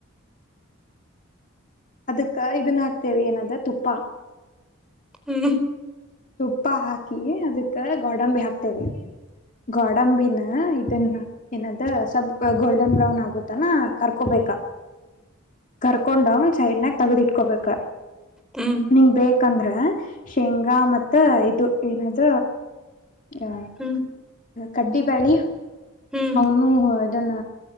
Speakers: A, on the left; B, in the centre.
A: ಅದಕ್ಕ ಇದನ್ನ ಹಾಕ್ತೇವೆ ಏನಾದ ತುಪ್ಪ
B: ಹ್ಮ್
A: ತುಪ್ಪ ಹಾಕಿ ಅದಕ್ಕ ಗೋಡಂಬಿ ಹಾಕ್ತೇವೆ ಗೋಡಂಬಿನ ಇದನ್ನ ಏನದ ಸ್ವಲ್ ಗೋಲ್ಡನ್ ಬ್ರೌನ್ ಆಗುತ್ತಾನ ಕರ್ಕೊಬೇಕ
B: <inaudible>
A: ಕರ್ಕೊಂಡ ಅವನ್ ಸೈಡ್ನಾಗ ತಗದಿಟ್ಕೊಬೇಕ
B: ಹ್ಮ್
A: ನಿಂಗ ಬೇಕಂದ್ರೆ ಶೇಂಗಾ ಮತ್ ಮತ್ತ ಇದು ಏನಾದ ಅ
B: ಹ್ಮ್
A: ಕಡ್ಡಿ ಬಳಿ
B: ಹ್ಮ್ ಹ್ಮ್
A: ಅವನು ಇದನ್ನ